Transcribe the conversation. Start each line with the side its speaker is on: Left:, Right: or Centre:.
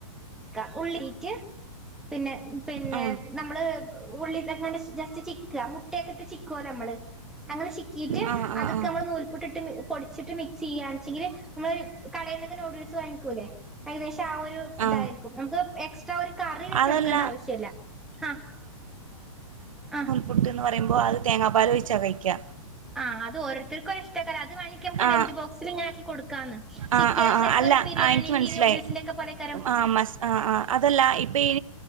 Centre: ക്ക ഉള്ളീട്ട് പിന്നെ പിന്നെ
Right: ആ
Centre: നമ്മള് ഉള്ളിങ്ങനെ ജസ്റ്റ് ചിക്ക മുട്ടേക്കെട്ട് ചിക്കോല്ലമ്മള് അങ്ങനെ ചി ക്കീറ്റ്
Right: ആ ആ
Centre: അതൊക്കമ്മളെ
Right: ആ
Centre: നൂൽപുട്ടിട്ട് പൊട്ച്ചിട്ട് മിക്സെയ്യാൺച്ചെങ്കില് നമ്മള് കടേന്നൊക്കെ നൂഡിൽസ് വാങ്ങിക്കൂല്ലേ ഏകദേശം ആഹ് ഒരു
Right: ആ
Centre: തായ്രിക്കും നമുക്ക് എക്സ് ട്ര ഒരുകറി വെച്ചൊട്ക്കണ്ട
Right: അതല്ല
Centre: ആവശ്യല്ല അഹ് അഹ്
Right: പുട്ടീന്ന് പറയുമ്പോ അത് തേങ്ങാപ്പാലൊയിച്ചാ കഴിക്ക്യാ
Centre: ആഹ് അത് ഓരോര്ത്തര്ക്കൊരിഷ്ട്ടേക്കാരം അത് വേണക്കി നമ്ക്ക്
Right: ആഹ്
Centre: ലഞ്ച് ബോക്സിലിങ്ങനാക്കി കൊടുക്കാന്ന് ചിക്ക്യാല്
Right: ആഹ് ആഹ്
Centre: ശെര്ക്കൊരു
Right: ആഹ് അല്ല
Centre: ബിരിയാണീന്റിം
Right: ആഹ് എനിക്ക് മനസ്സിലായി
Centre: നൂഡിൽസിന്റെക്കെ പോലെക്കാരം
Right: ആഹ് മസാ ആഹ് ആഹ് അതല്ല ഇപ്പയി